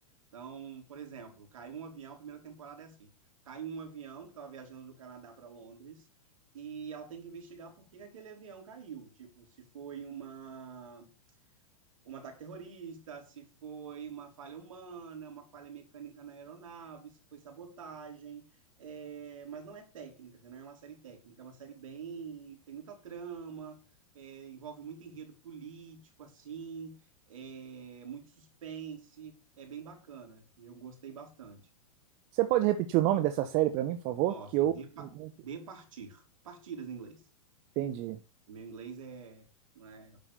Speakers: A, on the right (about 60°); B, on the right (about 40°).
A: Então, por exemplo, caiu um avião, a primeira temporada é assim: cai um avião que estava viajando do Canadá para Londres e ela tem que investigar por que que aquele avião caiu. Tipo, se foi uma um ataque terrorista, se foi uma falha humana, uma falha mecânica na aeronave, se foi sabotagem, é, mas não é técnica, assim, não é uma série técnica, é uma série bem, tem muita trama, é, envolve muito enredo político, assim, é, muito suspense, é bem bacana, eu gostei bastante.
B: Você pode repetir o nome dessa série para mim, por favor?
A: Posso,
B: Que eu
A: de, pa-
B: não
A: de partir, partidas em inglês.
B: entendi.
A: O meu inglês é, não é